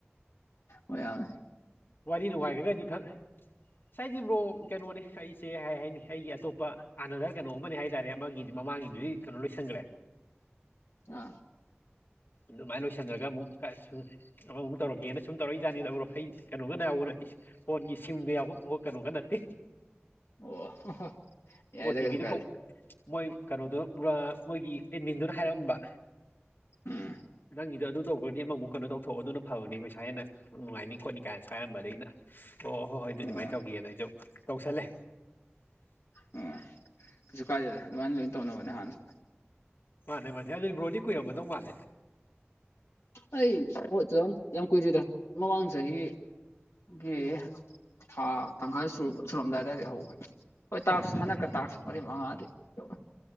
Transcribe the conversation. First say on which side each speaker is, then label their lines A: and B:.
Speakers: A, on the left (about 75°); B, on the left (about 50°).
A: ꯃꯌꯥꯝ
B: ꯋꯥꯔꯤ ꯅꯨꯡꯉꯥꯏꯈꯒꯗꯤ ꯈꯔ ꯁꯥꯏꯁꯤꯕ꯭ꯔꯣ ꯀꯩꯅꯣꯅꯦ ꯑꯩꯁꯦ ꯍꯥꯏ ꯍꯥꯏꯅꯤ ꯑꯩꯒꯤ ꯑꯇꯣꯞꯄ ꯑꯥꯅꯙꯔ ꯀꯩꯅꯣ ꯑꯃꯅꯦ ꯍꯥꯏꯇꯥꯔꯦ ꯑꯃꯒꯤꯗꯤ ꯃꯃꯥꯡꯒꯤꯗꯨꯗꯤ ꯀꯩꯅꯣ ꯂꯣꯏꯁꯟꯈ꯭ꯔꯦ
A: ꯑ
B: ꯑꯗꯨꯃꯥꯏꯅ ꯂꯣꯏꯁꯤꯟ꯭ꯔꯒ ꯑꯃꯨꯛ ꯑꯃꯃꯨꯛ ꯇꯧꯔꯛꯒꯦꯅ ꯁꯨꯝ ꯇꯧꯔꯛ ꯏ ꯥꯅꯤꯗꯕꯨ꯭ꯔꯣ ꯑꯩ ꯀꯩꯅꯣꯒꯅ ꯌꯥꯎꯕ ꯅꯠꯇꯦ ꯐꯣꯟꯒꯤ ꯁꯤꯡꯒ ꯌꯥꯎꯕ ꯀꯩꯅꯣꯒ ꯅꯠꯇꯦ
A: ꯑꯣ ꯌꯥꯏꯗ
B: ꯍꯗꯤꯕꯤꯗ
A: ꯀꯩꯁꯨ ꯀꯥꯏꯗꯦ
B: ꯀꯧꯕꯥꯎ ꯃꯣꯏ ꯀꯩꯅꯣꯗꯨꯣ ꯃꯣꯏꯒꯤ ꯑꯦꯟꯃꯤꯟꯗꯨꯅ ꯍꯥꯏꯔꯝꯕ
A: ꯎꯝ
B: ꯅꯪꯒꯤꯗꯣ ꯑꯗꯨ ꯇꯧꯈ꯭ꯔꯗꯤ ꯑꯃꯃꯨꯛ ꯀꯩꯅꯣ ꯇꯧꯊꯣꯛꯑꯣ ꯑꯗꯨꯅ ꯐꯕꯅꯤ ꯄꯩꯁꯥ ꯍꯦꯟꯅ ꯅꯨꯡꯉꯥꯏꯅꯤ ꯈꯣꯠꯅꯤ ꯀꯥꯏꯅꯁꯨ ꯍꯥꯏꯔꯝꯕꯗ ꯑꯩꯅ ꯑꯣ ꯍꯣꯏ ꯍꯣꯏ ꯑꯗꯨꯏ
A: ꯑꯣ
B: ꯑꯗꯨꯃꯥꯏꯅ ꯇꯧꯒꯦꯅ ꯑꯩꯁꯨ ꯇꯧꯁꯜꯂꯦ
A: ꯑꯣ ꯀꯩꯁꯨ ꯀꯥꯏꯗꯦꯗ ꯑꯗꯨꯃꯥꯏꯅ ꯂꯣꯏ ꯇꯧꯅꯕꯅꯦ ꯍꯥꯟꯅꯁꯨ
B: ꯃꯥꯅꯦ ꯃꯥꯅꯦ ꯑꯗꯨꯗꯤ ꯕꯣꯗꯤ ꯀꯏꯔꯝꯕꯗꯧ ꯃꯥꯅꯦ
A: ꯑꯩ ꯌꯥꯝ ꯀꯨꯏꯗꯗ ꯃ ꯋꯥꯥꯡꯁ ꯍ ꯒꯤ ꯊꯥ ꯇꯪꯈꯥꯏ ꯁ ꯁꯨꯔꯝꯗꯥꯏꯇꯥꯗꯤ ꯍꯧꯧꯕꯅꯤ ꯍꯣꯏ ꯇꯥꯛꯁ
B: ꯑꯦ ꯑꯗꯨꯗꯤ
A: ꯍꯟꯗꯛꯀ ꯇꯥꯛꯁ ꯃꯔꯤ ꯃꯉꯥꯗꯤꯤ ꯌꯧꯋꯦ